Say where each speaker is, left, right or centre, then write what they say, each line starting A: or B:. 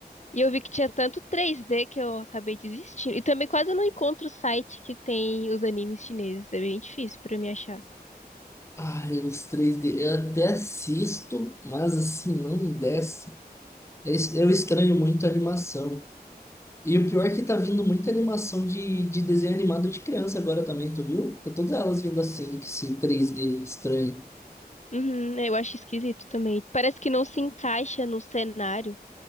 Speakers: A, on the left; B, on the left.
A: e eu vi que tinha tanto 3D que eu acabei desistindo. E também quase não encontro site que tem os animes chineses. É bem difícil pra mim achar.
B: Ai, os três d Eu até assisto, mas assim, não desce. É Es- Eu estranho muito a animação. E o pior é que tá vindo muita animação de, de desenho animado de criança agora também, tu viu? Tá todas elas vindo assim, que esse três d estranho.
A: Uhum, eu acho esquisito também. Parece que não se encaixa no cenário.